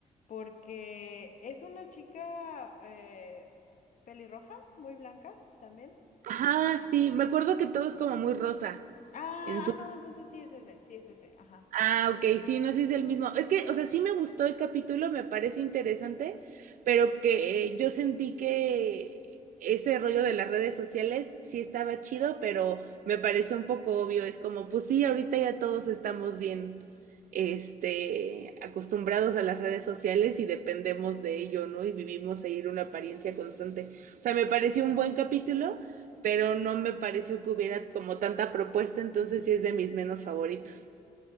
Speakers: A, on the left; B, on the right.
A: porque es una chica eh, pelirroja, muy blanca también.
B: Ajá, sí, me acuerdo que todo es como muy rosa
A: Ah,
B: en su
A: ah, no, entonces sí es ese, sí es ese, ajá.
B: Ah, ok, sí, no sé si es el mismo. Es que, o sea, sí me gustó el capítulo, me parece interesante, pero que eh, yo sentí que ese rollo de las redes sociales sí estaba chido, pero me parece un poco obvio. Es como, pues sí, ahorita ya todos estamos bien, este, acostumbrados a las redes sociales y dependemos de ello, ¿no? Y vivimos ahí en una apariencia constante. O sea, me pareció un buen capítulo, pero no me pareció que hubiera como tanta propuesta, entonces sí es de mis menos favoritos.